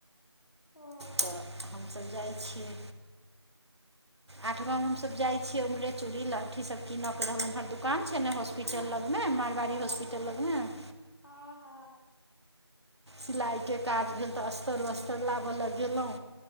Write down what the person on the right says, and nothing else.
तऽ हमसब जाइ छियै। आठ गांव हम सब जाय छियै, उमहरे चूड़ी, लहठी सब कीन के रहल, उम्हर दुकान ने हॉस्प स्पिटल
लग में, मारवाड़ी
हॉस्पिटल
लग में।
सिलाइके काज भेल त, अस्तर-वस्तर लाबय ल गेल‌ऊ।